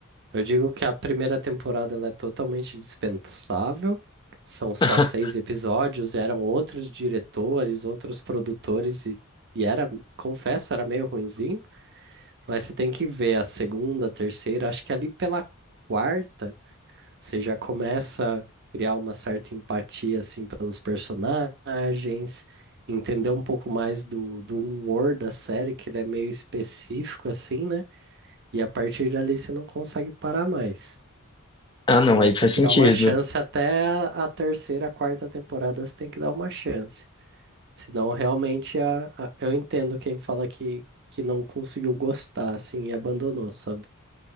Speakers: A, on the right; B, on the left.
A: Eu digo que a primeira temporada ela é totalmente dispensável, são só
B: <laughs>
A: seis episódios, eram outros diretores, outros produtores, e, e era, confesso, era meio ruinzinho, mas você tem que ver a segunda, a terceira, acho que ali pela quarta você já começa a criar uma certa empatia assim pelos personagens, entender um pouco mais do, do humor da série, que ele é meio específico assim, né? E a partir dali você não consegue parar mais.
B: Ah, não,
A: Mas
B: aí faz
A: tem que
B: sentido.
A: dar uma chance até a a terceira, quarta temporada, você tem que dar uma chance. Senão, realmente, a, a- eu entendo quem fala que, que não conseguiu gostar, assim, e abandonou, sabe?